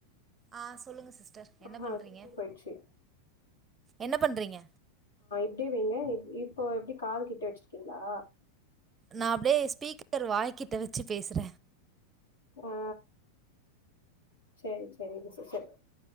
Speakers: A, on the right; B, on the left.
A: ஆஹ் சொல்லுங்க சிஸ்டர் என்ன
B: ஆஹா
A: பண்றீங்க
B: திருப்பியு போயிடுச்சு
A: என்ன பண்றீங்க
B: அப்படியேவைங்க இப்போ எப்படி காது கிட்ட வெச்சிருக்கீங்களா
A: நான் அப்படியே ஸ்பீக்கர் வாய்கிட்ட வெச்சு பேசற
B: ஆ சேரி சேரிங் சிஸ்டர்